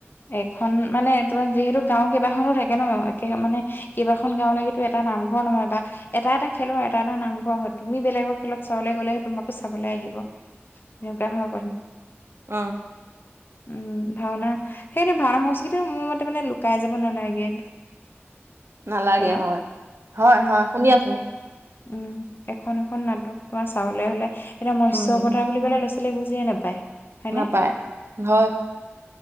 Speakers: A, on the left; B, on the right.
A: এখন মানে তোমাৰ যিহেতু গাঁও কেইবাখনো থাকে ন একে মানে কেইবাখন গাঁওলৈকেতো এটা নাম। ঘৰ নহয় বা এটা-এটা খেলৰ এটা এটা নামঘৰ হয় তুমি বেলেগৰ খেলত চাবলৈ গলেহে তোমাকো চাবলৈ আহিব। সেনেকুৱা হয় কথাটো
B: উম
A: উম ভাওনা সেইটো ভাওনা সংস্কৃতি মোৰ মতে মানে লুকাই যাব নালাগে।
B: নালাগে
A: হেল্ল'
B: হয়-হয়-হয়
A: উম
B: শুনি আছো।
A: উম' এখন-এখন নাটক তোমাৰ চাবলে হলে এতিটা মস্য
B: উম
A: অবতাৰ বুলি ক'লে ল'ৰা ছোৱালীয়ে বুজিয়ে নাপায় হয়নে।
B: নাপায় হয়